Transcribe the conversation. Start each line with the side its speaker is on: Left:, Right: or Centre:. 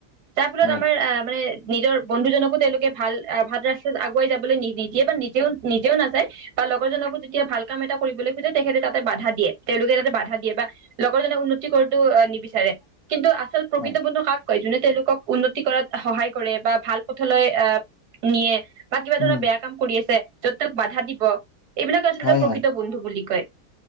Right: তাৰ ফলত
Left: হয়
Right: আমাৰ অহঁ নিজৰ বন্ধুজনকো তেওঁলোকে ভাল ভাল ৰাস্তাত আগুৱাই যাবলৈ নি নিদিয়ে বা নিজেও নিজেও নাযায় বা লগৰজনকো যেতিয়া ভাল কাম এটা কৰিবলৈ খোজে তেখেতে তাতে বাধা দিয়ে তেওঁলোকে তাতে বাধা দিয়ে বা লগৰ জনক উন্নতি কৰাটো নিবিচাৰে কিন্তু আচল প্ৰকৃত
Left: হয়
Right: বন্ধু কাক কয় যোনে তেওঁলোক উন্নতি কৰা। সহায় কৰে বা ভাল পথলৈ আহ নিয়ে। বা কিবা
Left: উম
Right: ধৰা বেয়া কাম কৰি আছে। য'ত তক বাধা দিব। এইবিলাক আচলতে
Left: হয়
Right: প্ৰকৃত
Left: হয়
Right: বন্ধু বুলি কয়।